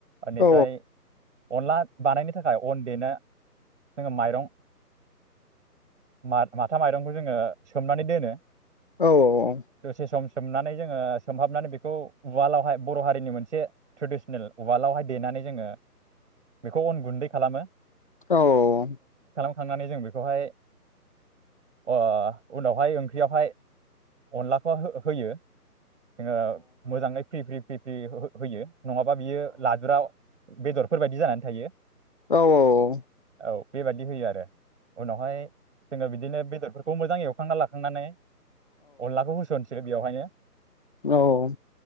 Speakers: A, on the right; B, on the left.
A: ओनिफ्राय
B: औ
A: अनला बानायनो थाखाय अन देनो जोङो माइरं मा माथा माइरंखौ जोङो सोमनानै दोनो
B: ओउ ओउ ओउ
A: दसे सम सोमनानै जोङो सोमहाबनानै बेखौ उवालावहाय बर हारिनि मोनसे ट्रेदिसनेल उवालावहाय देनानै जोङो बेखौ अन गुन्दै खालामो।
B: ओउ ओउ
A: थांनानै जों बेखौहाय ओह उनावहाय ओंख्रियावहाय अनलाखौ हो होयो जोङो मोजाङै फ्रि फ्रि फ्रि फ्रि हो हो होयो नङाबा बियो लादुराव बेदरफोरबायदि जानानै थायो
B: ओउ ओउ ओउ
A: ओउ बेबादि होयो आरो उनावहाय जोङो बिदिनो बेदरफोरखौ मोजां एवखांना लाखांनानै अनलाखौ होस सोरो बेवहायनो
B: ओउ ओउ ओउ